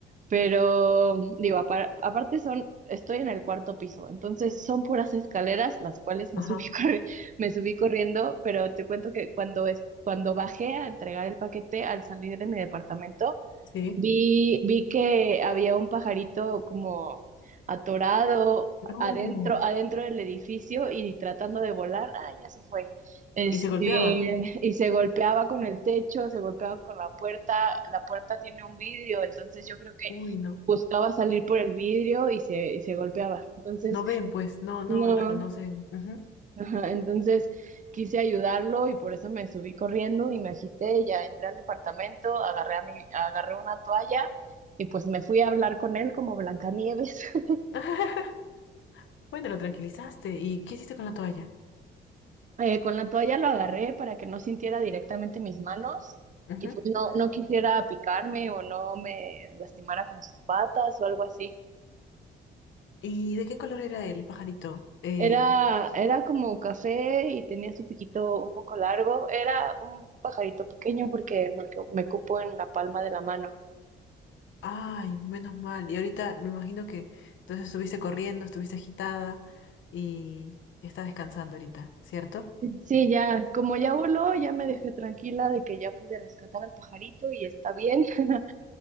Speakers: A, on the right; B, on the left.
A: Pero digo, apar- aparte son, estoy en el cuarto piso, entonces son puras escaleras las cuales me
B: Ajá,
A: subí, <laughs> corri- me subí corriendo, pero te cuento que cuando, es, cuando bajé a entregar el paquete al salir de mi departamento,
B: sí.
A: Vi, vi que había un pajarito como atorado
B: No.
A: adentro, adentro del edificio y tratando de volar. Ah, ya se fue. Este,
B: Y se golpeaba.
A: y se golpeaba con el techo, se golpeaba con la puerta. La puerta tiene un vidrio, entonces yo creo que
B: Uy, no.
A: buscaba salir por el vidrio y se, y se golpeaba. Entonces,
B: No ven, pues, no, no,
A: no.
B: no reconocen. Ujú.
A: Ajá, entonces quise ayudarlo y por eso me subí corriendo y me agité, ya entré al departamento, agarré a mi, agarré una toalla y pues me fui a hablar con él como Blancanieves. <laughs>
B: <laughs> Bueno, lo tranquilizaste. ¿Y qué hiciste con la toalla?
A: Eh, con la toalla lo agarré para que no sintiera directamente mis manos
B: Ujú.
A: y pues no, no quisiera picarme o no me lastimara con sus patas o algo así.
B: ¿Y de qué color era el pajarito? Eh,
A: Era, era como café y tenía su piquito un poco largo. Era un pajarito pequeño porque me, me cupo en la palma de la mano.
B: ay, menos mal. Y ahorita me imagino que entonces estuviste corriendo, estuviste agitada y está descansando ahorita, ¿cierto?
A: Sí, ya, como ya voló, ya me dejé tranquila de que ya pude rescatar al pajarito y está bien. <laughs>